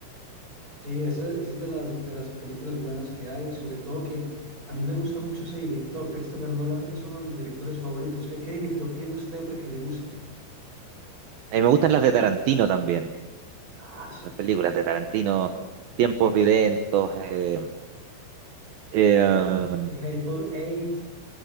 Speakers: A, on the right; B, on the right.
A: Sí, esa, esa es de las, de las películas buenas que hay, sobre todo que a mí me gusta mucho ese director, Christopher Nolan es uno de mis directores favoritos. ¿Qué, qué director tiene usted, hombre, que le guste?
B: A mí me gustan las de Tarantino también,
A: Ah, sí,
B: las
A: claro.
B: películas
A: claro.
B: de Tarantino, Tiempos Violentos, eh, eh,
A: The Hateful Eight,